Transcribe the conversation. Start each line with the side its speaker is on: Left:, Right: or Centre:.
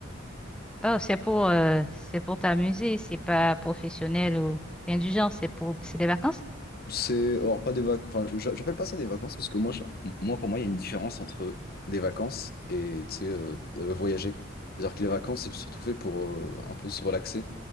Centre: Oh, c'est pour, euh, c'est pour t'amuser, c'est pas professionnel ou rien du genre, c'est pour, c'est des vacances.
Left: C'est, alors pas des vacances, enfin j'a- j'appelle pas ça des vacances parce que moi, je- moi pour moi il y a une différence entre des vacances et tu sais, euh, euh, voyager. C'est-à-dire que les vacances c'est surtout fait pour euh, un peu se relaxer